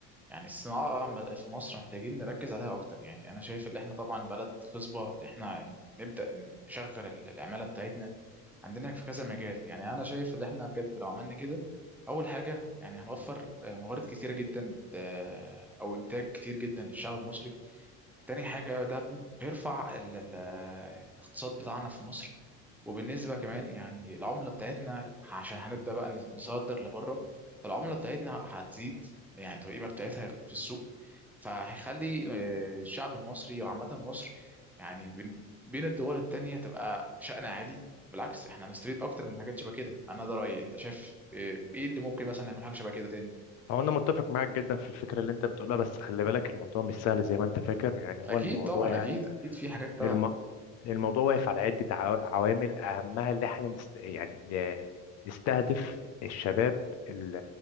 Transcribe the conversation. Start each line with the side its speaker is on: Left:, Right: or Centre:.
Centre: يعني الصناعه عم- في مصر محتاجين نركز عليها اكتر يعني انا شايف ان احنا طبعا بلد خصبه ان احنا نبدا نشغل ال- العماله بتاعتنا عندنا في كذا مجال يعني انا شايف ان احنا بجد لو عملنا كده اول حاجه يعني هنوفر آه، موارد كتيره جدا آه، او انتاج كتير جدا للشعب المصري تاني حاجه ده بيرفع ال- ال- آه، الاقتصاد بتاعنا في مصر وبالنسبه كمان يعني العمله بتاعتنا عشان هنبدا بقى نس- نصدر لبره فالعمله بتاعتنا هتزيد يعني القيمه بتاعتها في السوق فهيخلي آه، الشعب المصري وعامه مصر يعني بين بين الدول التانية تبقى شأن عالي بالعكس احنا هنستفيد اكتر من حاجات شبه كده انا ده رايي انت شايف ايه إيه اللي ممكن مثلا نعمل حاجه شبه كده تاني
Left: هو انا متفق معاك جدا في الفكرة اللي انت بتقولها بس خلي بالك الموضوع مش سهل زي ما انت فاكر يعني هو
Centre: اكيد
Left: الموضوع
Centre: طبعا
Left: يعني
Centre: اكيد اكيد في حاجات طبعا
Left: الم... الموضوع واقف على عدة عوا- عوامل أهمها اللي احنا نست... يعني ن- نستهدف الشباب ال-